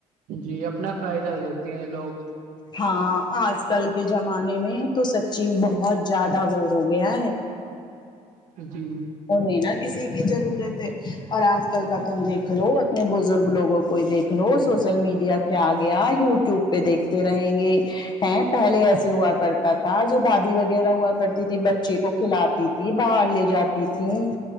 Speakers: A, on the right; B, on the left.
A: جی اپنا فائدہ دیکھتے ہیں لوگ
B: ہاں آج کل کے زمانے میں تو سچن بہت زیادہ وہ ہو گیا ہے <inaudible>
A: جی
B: وہ نہیں نا کسی کی ضرورت ہے اور آج کل کا تم دیکھ لو اپنے بزرگ لوگوں کو کوئی دیکھ لو سوشل میڈیا کیا گیا یو ٹیوب پہ دیکھتے رہیں گے ہیں پہلے ایسے ہوا کرتا تھا جو دادی وغیرہ ہوا کرتی تھی بچے کو کھلاتی تھی باہر لے جاتی تھیں